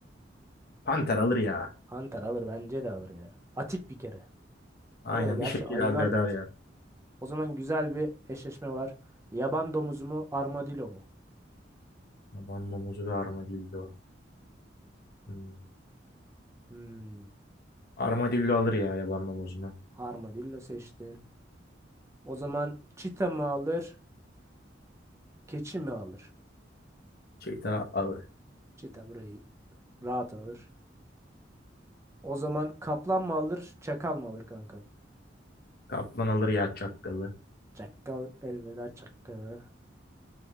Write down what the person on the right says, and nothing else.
Panter alır bence de alır ya. Atik bir kere.
Ama ya gerçi
ayılar
da atik.
O zaman güzel bir eşleşme var. Yaban domuzu mu armadillo mu?
Hmm.
Armadillo seçtin. O zaman çita mı alır? Keçi mi alır?
Çita burayı rahat alır. O zaman kaplan mı alır? Çakal mı alır kankam?
Çakal elveda çakala.